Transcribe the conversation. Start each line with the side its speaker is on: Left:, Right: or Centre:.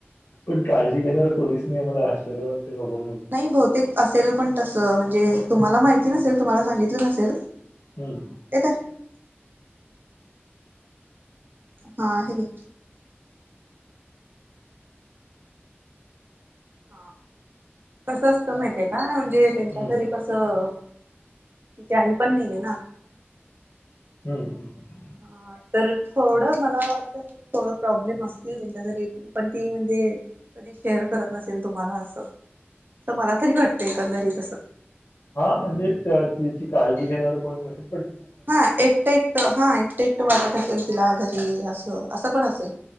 Left: पण काळजी घेणारं कोणीच नाही आ मला आ्चर्य वाटतं बा बा.
Right: नाही बहुतेक असेल पण तसं म्हणजे तुम्हाला माहिती नसेल तुम्हाला सांगितलं नसेल.
Left: हम्म.
Right: येत. हा हेग. ह कस असतं माहिती आहे का म्हणजे त्यांच्या
Left: हं,
Right: घरी कसं तिच्याही पण नाहीये ना.
Left: हम्म हम्.
Right: हा तर थोडं मला वाटत. थोड प्रॉब्लेम असतील त्यांच्या तरी पण ती म्हणजे. कधी शेअर करत नसेल तुम्हाला असं तर मला तरी वाटतं एकंदरीतस.
Left: हा म्हणजे तिची काळजी घेणार कोणी बसून.
Right: हा एकटे एकट हा एकटे एकटं वाटत टाकेल तिला घरी असं असं पण असेल.